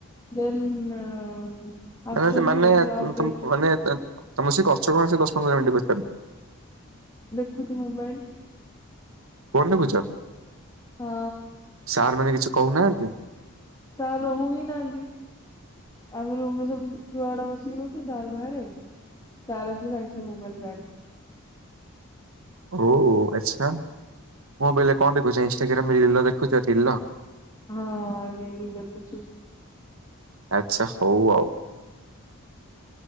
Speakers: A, on the left; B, on the right.
A: ଦେନ୍ ଆସୁଛନ୍ତି
B: ନ ମାନେ
A: ସେ ଅଲଗା
B: ମାନେ ତମେ ସେ କରୁଛ କଣ ସେ ଦଶ ପନ୍ଦର ମିନିଟ୍ ଭିତରେ?
A: ଦେଖୁଛି ମୋବାଇଲ।
B: ଫୋନ ଦେଖୁଛ?
A: ହଁ।
B: ସାର୍ ମାନେ କିଛି କହୁନାହାନ୍ତି?
A: ସାର୍ ରହୁ ହିଁ ନାହାନ୍ତି ଆମେ ରୁମରେ ସବୁ ଛୁଆଡେ ବସିକି ରହୁଛୁ ସାର୍ ବାହାରେ। ସାର୍ ଆସିଲେ ସାଙ୍ଗେ ସାଙ୍ଗେ ମୋବାଇଲ ବ୍ୟାଗ୍ ରେ।
B: ଓ ଆଚଛା। ମୁଁ ବୋଇଲେ କଣ ଦେଖୁଛ? ଇନ୍ଷ୍ଟାଗ୍ରାମ ରେ ରିଲ୍? ଦେଖୁଥିଲ।
A: ହଁ ରିଲ୍ ଦେଖୁଚି।
B: ଆଛା ହଉ ଆଉ।